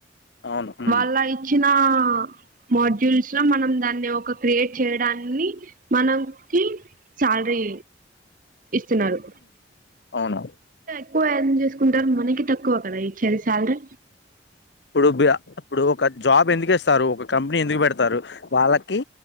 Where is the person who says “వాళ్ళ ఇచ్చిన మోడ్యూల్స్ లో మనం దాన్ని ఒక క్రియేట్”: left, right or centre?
Right